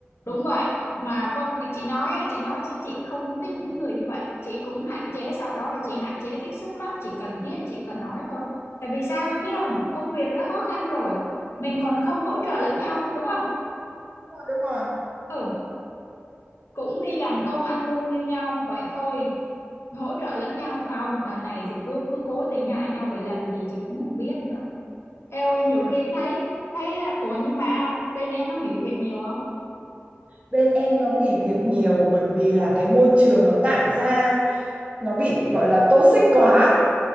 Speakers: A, on the left; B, on the right.
A: đúng vậy mà công mà chị nói á, chị nói xin chị không thích những người như vậy chị cũng hạn chế sau đó là chị hạn chế tiếp xúc lắm chỉ cần thiết chỉ cần nói thôi tại vì sao em biết không công việc đã khó khăn rồi mình còn không hỗ trợ lẫn nhau đúng không
B: Đúng rồi, đúng rồi.
A: ừ cũng đi làm công ăn lương như nhau vậy thôi hỗ trợ lẫn nhau không đằng này thì cứ cứ cố tình hạ nhau để làm gì chị cũng không biết nữa eo ơi nhiều khi thấy thấy à, ủa nhưng mà bên em nó nghỉ việc nhiều không
B: Bên em nó nghỉ việc nhiều bởi vì là cái môi trường nó tạo ra nó bị gọi là toxic quá.